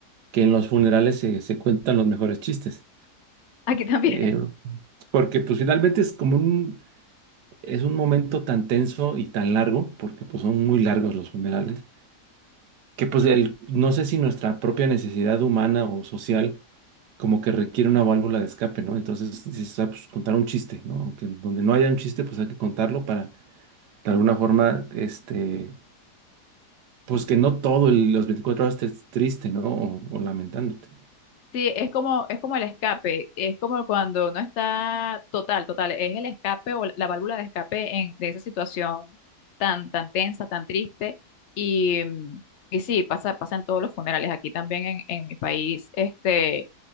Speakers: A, on the right; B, on the left.
A: que en los funerales se, se cuentan los mejores chistes.
B: Aquí también.
A: Eh, porque pues finalmente es como un, es un momento tan tenso y tan largo, porque pues son muy largos los funerales, que pues el, no sé si nuestra propia necesidad humana o social como que requiere una válvula de escape, ¿no? Entonces, dices, "Ah, pues contar un chiste, ¿no? Aunque donde no haya un chiste, pues hay que contarlo para de alguna forma, este pues que no todo el- los 24 horas estés triste, ¿no? O, o lamentándote.
B: Sí, es como, es como el escape, es como cuando no está total, total, es el escape o la válvula de escape en, de esa situación tan, tan tensa, tan triste. Y, mm, y sí, pasa, pasa en todos los funerales. Aquí también en, en mi país, este,